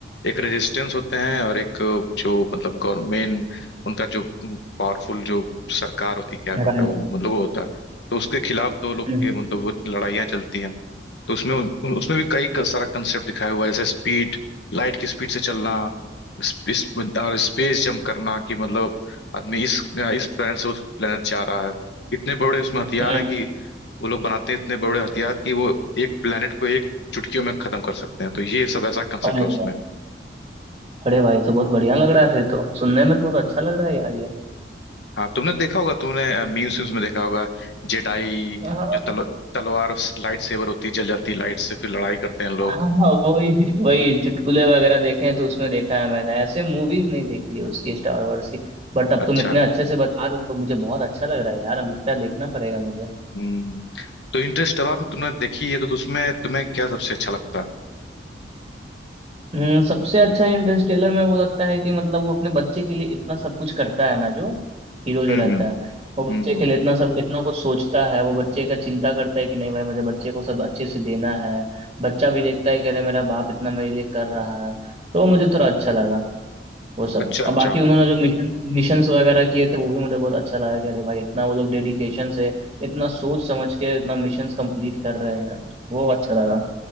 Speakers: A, on the left; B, on the right.
A: एक रेजिस्टेंस होते हैं और एक जो मतलब गवर्नमेंट उनका जो पावरफुल जो सरकार होती है क्या
B: राजा
A: करता है वो मतलब वो होता है तो उसके खिलाफ दो लोग
B: हम्म,
A: के मतलब वो लड़ाइयाँ चलती हैं तो उसमें उसमें भी कई क- सारा कंसेप्ट दिखाया हुआ है जैसे स्पीड लाइट की स्पीड से चलना स्पेस और स्पेस जंप करना कि मतलब आदमी इस इस planet से उस planet जा रहा है इतने बड़े उसमें हथियार
B: हम्म।
A: हैं कि वो लोग बनाते हैं इतने बड़े हथियार कि वो एक planet को एक चुटकियों में खत्म कर सकते हैं तो ये सब ऐसा कंसेप्ट
B: अरे
A: है उसमें
B: वाह अरे भाई तो बहुत बढ़िया लग रहा है फिर तो सुनने में तो बहुत अच्छा लग रहा है यार ये
A: हाँ तुमने देखा होगा तुमने मीम्स वीम्स में देखा होगा जेडाई
B: हाँ
A: जो तल, तलवार लाइट सेवर होती है जल जाती है लाइट से फिर लड़ाई करते हैं लोग
B: हाँ हाँ वही वही चुटकुले वगैरह देखे हैं तो उसमें देखा है मैंने ऐसे मूवीज नहीं देखी है उसकी स्टार वॉर्स की बट अब
A: अच्छा
B: तुम इतने अच्छे से बता रहे हो तो मुझे बहुत अच्छा लग रहा है यार अब लगता है देखना पड़ेगा मुझे
A: हम्म तो इंटरस्टेलर में तुमने देखी है तो उसमें तुम्हें क्या सबसे अच्छा लगता है
B: हम्म सबसे अच्छा इंटरस्टेलर में वो लगता है कि मतलब वो अपने बच्चे के लिए इतना सब कुछ करता है ना जो हीरो
A: हम्म
B: जो रहता
A: हम्म
B: है वो
A: हम्म
B: बच्चे के लिए इतना सब इतना कुछ सोचता है वो बच्चे का चिंता करता है कि नहीं भाई मुझे बच्चे को सब अच्छे से देना है बच्चा भी देखता है कि अरे मेरा बाप इतना मेरे लिए कर रहा है तो वो मुझे थोड़ा अच्छा लगा वो सब
A: अच्छा अच्छा
B: और बाकी उन्होंने जो मिशन मिशंस वगैरह किए थे वो भी मुझे बहुत अच्छा लगा कि अरे भाई इतना वो लोग डेडिकेशन से इतना सोच समझ के इतना मिशंस कंप्लीट कर रहे हैं वो अच्छा लगा